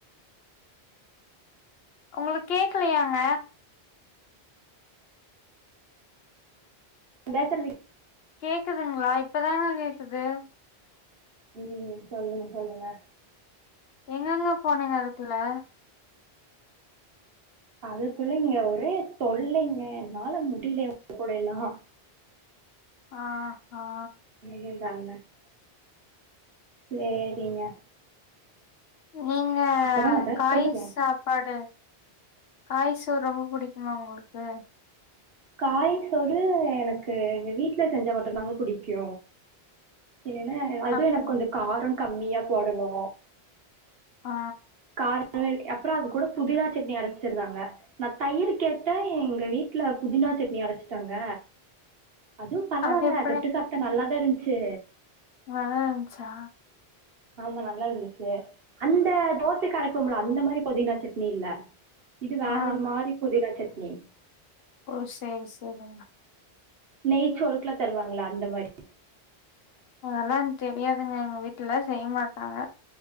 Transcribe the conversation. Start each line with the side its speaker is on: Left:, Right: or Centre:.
Left: உங்களுக் கேக்கலையாங்க
Right: <unintelligible>
Left: கேக்குதுங்ளா இப்பதான கேக்குது
Right: ம் சொல்லுங் சொல்லுங்க
Left: எங்கெங்க போனீங்க அதுக்குள
Right: அதுக்குள்ள இங்க ஒரே தொல்லைங்க என்னால முடில <inaudible> இவங் கூடைலா
Left: ஆஆ
Right: <unintelligible> சேரிங்க.
Left: நீங்க
Right: அப்புறம் ஏதாவது
Left: காய்
Right: சொல்லுங்க
Left: சாப்பாடு காய்சோறு ரொம்ப புடிக்குமா உங்ளுக்கு
Right: காய் சோறு எனக்கு எங்க வீட்ல செஞ்சா மட்டும்தாங்க புடிக்கு இல்லேனா அது
Left: அப்படி
Right: எனக் கொஞ்ச காரோ கம்மியா போடனு
Left: ஆ
Right: கா <unintelligible> அப்றோ அது கூட புதினா சட்னி அறச்சிருந்தாங்க நா தயிர் கேட்ட எங்க வீட்டுல புதினா சட்னி அரச்சுட்டாங்க அதுவு பரவால்ல
Left: அது எப்படி
Right: தொட்டு சாப்பிட்டா நல்லாதாயிருன்ச்சு
Left: நல்லாருச்சா
Right: ஆமா நல்லா இருந்துச்சி அந்த தோசைக்கு அரைப்போம்ல அந்த மாரி புதினா சட்னி இல்ல இது வேற
Left: ஆ
Right: ஒரு மாரி புதினா சட்னி
Left: ஓ சேரி சேரிங்க
Right: நெயச்சோறுக்கலா தருவாங்கள அந்த மாரி
Left: அதெல்லா எனக் தெரியாதுங்க எங்க வீட்ல செய்ய மாட்டாங்க